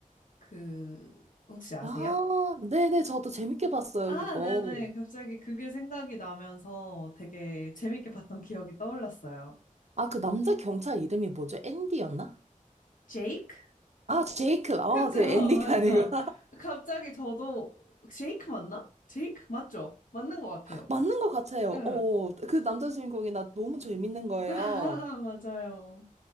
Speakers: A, on the left; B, on the right.
A: 그 혹시 아세요?
B: 아, 네네, 저도 재밌게 봤어요,
A: 아,
B: 그거.
A: 네네. 갑자기 그게 생각이 나면서 되게 재밌게 봤던 기억이 떠올랐어요.
B: 아, 그 남자 경찰 이름이 뭐죠? 앤디였나?
A: 제이크?
B: 아, 제이크. 아,
A: 그쵸,
B: 그
A: <laughs>
B: 앤디가
A: 맞죠.
B: 아니구나.
A: 갑자기 저도 제이크 맞나? 제이크 맞죠? 맞는 것 같아요.
B: <laughs> 맞는 것 같아요.
A: 예.
B: 어, 그 남자 주인공이 나 너무 재밌는 거예요.
A: <laughs> 아, 맞아요.